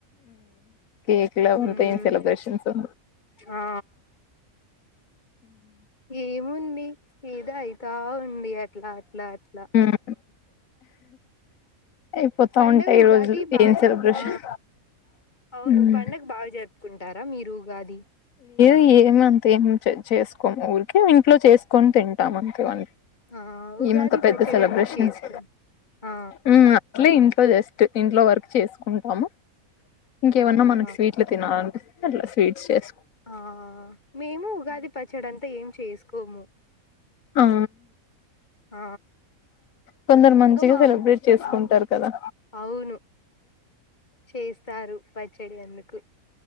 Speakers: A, on the left (about 70°); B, on the left (about 30°).
A: కేక్లు అంతా
B: ఉమ్
A: సెలబ్రేషన్స్ ఉ
B: ఆ ఏముంది కి ఏదో అయితే గా ఉంది అట్లా అట్లా అట్లా
A: హ్మ్ అయిపోతా
B: పండగ
A: ఉంటాయి
B: ఉగాది
A: రోజులు
B: బాజ
A: ఏం సెలబ్రేషన్
B: ఆ అవును
A: హ్మ్
B: పండగ బా జర్ కుంటారు మీరు ఉగాది
A: ఏమీ అంత ఏం చేసుకోము ఊరికే ఇంట్లో చేసుకొని తింటాం అంతే వన్
B: ఆ ఉగాది
A: ఏమంత పెద్ద
B: పచ్చడి
A: సెలబ్రేషన్స్
B: అందుకు చేసుకుని ఆ
A: ఉ అట్లే ఇ దొ జస్ట్ ఇంట్లో వర్క్ చేసుకుంటాము ఇంకేమన్నా
B: అవునా
A: మనకు స్వీట్లు తినాల ఆ గ్లాస్ స్వీట్స్ చేసు
B: ఆ మేము ఉగాది పచ్చాడంతా ఏం చేసుకోము
A: ఆహ
B: ఆ
A: కొందరు మంచిగా
B: ఇంకా మా
A: సెలబ్రేట్
B: అమ్
A: చేసుకుంటారు
B: ఆ
A: కదా
B: అవును చేస్తారు పచ్చడి అందుకు